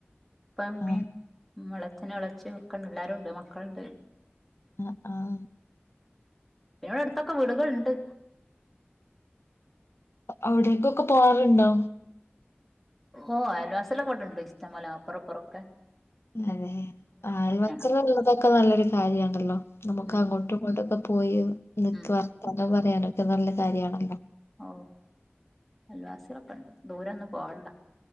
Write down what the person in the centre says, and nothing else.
ഉപ്പ ഉമ്മീം
മ്മള് എളച്ഛനും എളേച്ചിഒക്കെണ്ട് എല്ലാരുണ്ട് മക്കള്ണ്ട്
പിന്നവ്ടെട്ത്തൊക്കെ വീടുകള്ണ്ട്
ഓഹ് അയൽവാസി സലൊക്കെ ഇവടണ്ട് ഇഷ്ടംപോല പ്പൊറംഇപ്പറൊക്കെ
ഒക്കെ
ഉം
ഉം
ഓ അൽവാസികളൊക്കെ ഉണ്ട് ദൂരൊന്ന പോവണ്ട